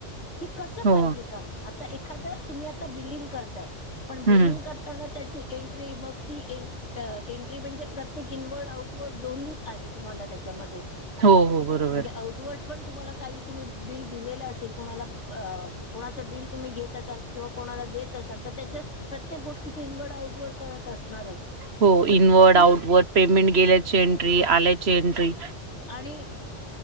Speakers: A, on the left; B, on the right.
A: कि कसं
B: हो
A: पाहिजे काम आता एखाद तुम्ही आता बिलिंग करताय पण बिलिंग
B: हम्म
A: कर करताना त्याची एंट्री मग ती एन्ट एंट्री म्हणजे प्रत्येक इनवर्ड आउटवर्ड दोन्ही आहे तुम्हाला त्याच्यामध्ये
B: हो हो बरोबर
A: म्हणजे आउटवर्ड पण तुम्हाला काही तुम्ही बिल दिलेलं असेल कोणाला कोणाचं बिल तुम्ही घेत असाल किंवा कोणाला देत असाल तर त्याच्या प्रत्येक गोष्टीची इनवर्ड आउटवर्ड कळत असणारच
B: हो
A: मग
B: इनवर्ड
A: ती
B: आउटवर्ड पेमेंट गेल्याची एन्ट्री आल्याची एन्ट्री
A: आणि